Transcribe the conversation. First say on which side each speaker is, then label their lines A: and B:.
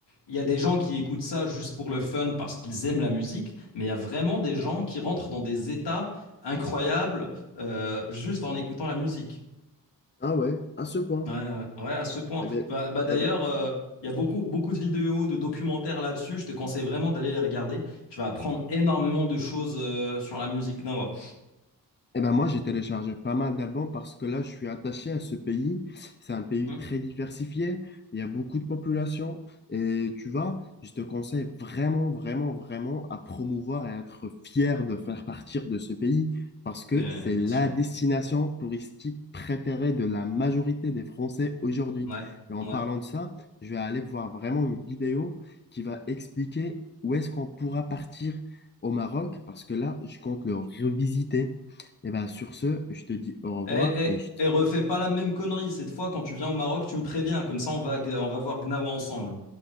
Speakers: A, on the left (about 80°); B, on the left (about 25°).
A: Il y a des gens qui écoutent ça juste pour le fun parce qu'ils aiment la musique, mais il y a vraiment des gens qui rentrent dans des états incroyables euh, juste en écoutant la musique.
B: ah ouais, à ce point.
A: Ouais, ouais, ouais, à ce point.
B: Eh ben,
A: Bah, bah,
B: eh
A: d'ailleurs,
B: ben,
A: euh, il y a beaucoup, beaucoup de vidéos, de documentaires là-dessus. Je te conseille vraiment d'aller les regarder. Tu vas apprendre énormément de choses euh, sur la musique Gnawa.
B: Eh ben moi, j'ai téléchargé pas mal d'albums parce que là, je suis attaché à ce pays. C'est un pays
A: Hmm.
B: très diversifié. Il y a beaucoup de population. Et tu vois, je te conseille vraiment, vraiment, vraiment à promouvoir et à être fier de faire partir de ce pays parce que
A: Mais,
B: c'est
A: bien
B: la
A: sûr.
B: destination touristique préférée de la majorité des Français aujourd'hui.
A: Ouais,
B: Et en
A: ouais.
B: parlant de ça, je vais aller voir vraiment une vidéo qui va expliquer où est-ce qu'on pourra partir au Maroc parce que là, je compte le revisiter. Et ben sur ce, je te dis au revoir
A: Et,
B: et
A: et,
B: je...
A: et refais pas la même connerie. Cette fois, quand tu viens au Maroc, tu me préviens. Comme ça, on va, on va voir Gnawa ensemble.